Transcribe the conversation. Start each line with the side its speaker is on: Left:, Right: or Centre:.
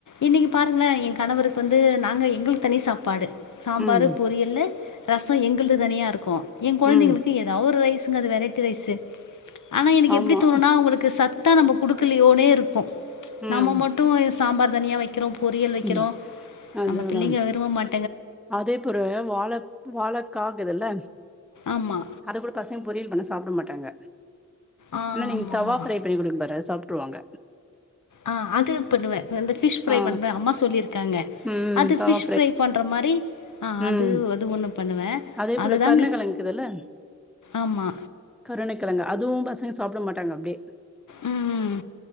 Left: இன்னைக்கு பாருங்களே எங் கணவருக்கு வந்து நாங்க எங்களுக்கு தனி சாப்பாடு. சாம்பாரு
Centre: ம்
Left: பொரியல்லு ரசம் எங்கள்து தனியா இருக்கு என் கொழந்தைங்களுக்கு
Centre: ம்
Left: ஏதாது ஒரு ரைஸ் ங்கது வெரை ட்டி ரைஸ் ஆனா எனக்கு
Centre: ஆமா
Left: எப்டி தோணுனா அவுங்களுக்கு சத் தா நம்ம குடுக்கலையோனே இருப்போம்.
Centre: ம்
Left: நம்ம மட்டு இ சாம்பார் தனியா வக்கிறோ பொரியல் வக்கிறோ
Centre: ம் அதுதா
Left: நம்ம பிள்ளைங்க விரும்ப மாட்
Centre: அதே பொற வாழ வாழக்காக்குதுல
Left: ஆமா
Centre: அது கூட பசங் பொரியல் பண்ணா சாப்ட மாட்டாங்க
Left: ஆ
Centre: ஆனா நீங்க
Left: ஆமா
Centre: தவா
Left: ஆமா
Centre: ஃப்ரை பண்ணி குடுக்கபார சாப்ட் டுவாங்க
Left: ஆஹ் அது பண்ணுவே அ இந்த ஃபிஷ் ஃப்ரை
Centre: ஆ
Left: பண்றே அம்மா சொல்லிருக்காங்க
Centre: ம்
Left: அது
Centre: தவா
Left: ஃபிஷ் ஃப்ரை பண்ற மாரி ஆஹ்
Centre: ம்
Left: அது அது ஒன்னு பண்ணுவே
Centre: அதே போல
Left: அதுதாங்க
Centre: கருணக்கெழங்கு இருக்குதுல்ல
Left: ஆமா
Centre: கருணக்கெழங்கு அதுவு பசங்க சாப்ட மாட்டாங் உம் அப்டே
Left: உம் உம்